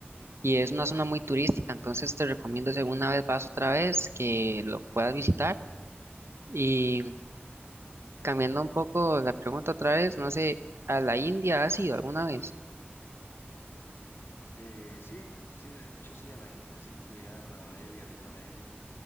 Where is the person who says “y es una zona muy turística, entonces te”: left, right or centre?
Right